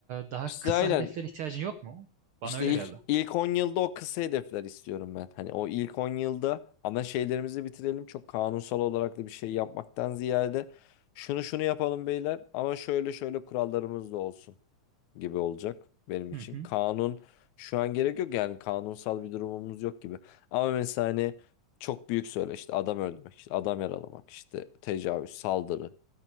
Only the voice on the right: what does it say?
daha
kısa
hedeflere ihtiyacın yok mu? Bana
öyle
geldi.
Hı hı,